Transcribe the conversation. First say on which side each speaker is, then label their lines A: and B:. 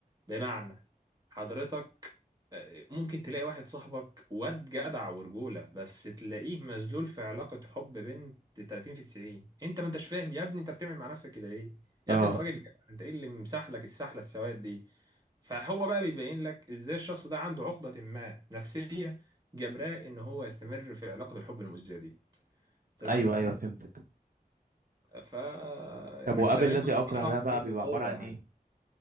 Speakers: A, on the right; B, on the right.
A: بمعنى حضرتك آه، ممكن تلاقي واحد صاحبك واد جدع ورجولة بس تلاقيه مذلول في علاقة حب بنت 30 في 90 انت ما انتش فاهم يا ابني انت بتعمل مع نفسك كده ليه يا
B: اه
A: ابني انت راجل جدع انت ايه اللي مسحلك السحلة السواد دي فهو بقى بيبين لك ازاي الشخص ده عنده عقدة ما نفسية جبراه ان هو يستمر في علاقة الحب المؤذية دي تمام
B: ايوه ايوه فهمتك
A: ف
B: طب
A: يعني
B: وقابل
A: كنت هبين
B: الذي اكره
A: بشرحهم
B: ده بقى
A: لك
B: بيبقى
A: بقوة
B: عبارة عن
A: يعني
B: ايه